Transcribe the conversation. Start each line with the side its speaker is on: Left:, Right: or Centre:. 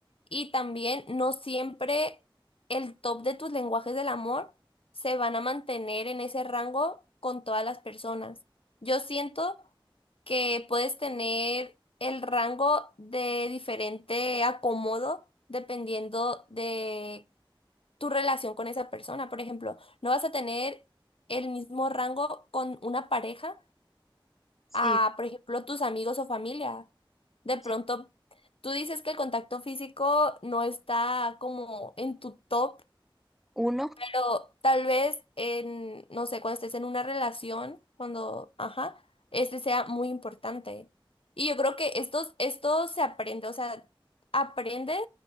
Left: y también no siempre el top de tus lenguajes del amor se van a mantener en ese rango con todas las personas. Yo siento que puedes tener el rango de diferente acomodo dependiendo de tu relación con esa persona. Por ejemplo, no vas a tener el mismo rango con una pareja
Centre: Sí,
Left: a, por ejemplo, tus amigos o familia. De
Centre: sí.
Left: pronto, tú dices que el contacto físico no está como en tu top
Centre: Uno,
Left: pero tal vez en, no sé, cuando estés en una relación, cuando, ajá, este sea muy importante. Y yo creo que estos, esto se aprende, o sea, aprendes